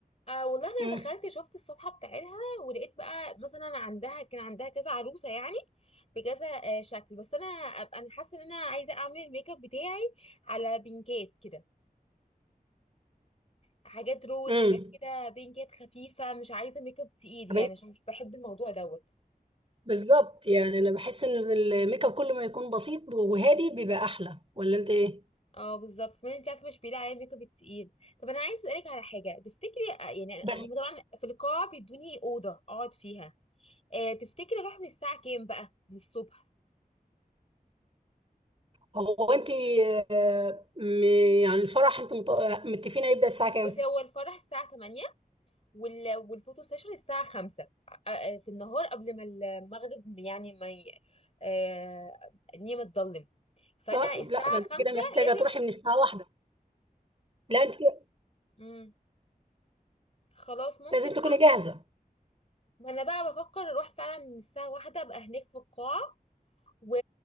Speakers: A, on the left; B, on the right.
A: آه والله أنا
B: امم
A: دخلت شفت الصفحة بتاعتها ولقيت بقى مثلا عندها كان عندها كذا عروسة يعني بكذا آه شكل بس أنا أبقى أنا حاسة إن أنا عايزة أعمل الميك اب بتاعي على بينكات كده حاجات روز
B: امم
A: حاجات كده بينكات خفيفة مش عايزة ميك اب تقيل يعني
B: امين
A: عشان مش بحب الموضوع دوت
B: بالظبط يعني انا بحس ان الميك اب كل ما يكون بسيط وهادي بيبقى احلى ولا انت ايه؟
A: اه بالظبط ما انت عارفه مش بيلاقي عليه ميك اب التقيل طب انا عايز اسالك على حاجه تفتكري آه، يعني
B: بس
A: أنا- هم طبعا في القاعه بيدوني اوضه اقعد فيها آه تفتكري اروح من الساعه كام بقى من الصبح
B: هو انت آه، م- يعني الفرح انتوا مت- متفقين هيبدأ الساعة كام؟
A: بس هو الفرح الساعه 8 وال... والفوتو سيشن الساعه 5 آه، آه، في النهار قبل ما المغرب يعني ما ي... آه الدنيا ما تضلم فانا
B: طيب
A: الساعه
B: لا ده انت
A: 5
B: كده محتاجه
A: لازم
B: تروحي من الساعه واحدة لا انت كده
A: مم. خلاص ممكن
B: لازم
A: فعلا
B: تكوني جاهزه
A: ما انا بقى بفكر اروح فعلا الساعه واحدة ابقى هناك في القاعه و...